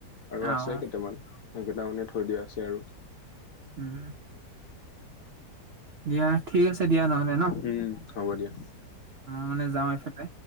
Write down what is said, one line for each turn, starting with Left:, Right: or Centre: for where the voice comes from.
Left: আৰু
Right: অ',
Left: আছে কেইটামান, সেইকেইটা মানে থৈ দিয়া আছে আৰু।
Right: উমঁ উমঁ, দিয়া ঠিক আছে দিয়া নহ'লে ন'।
Left: উমঁ' হ'ব দিয়া।
Right: মই মানে যাওঁ এফালে।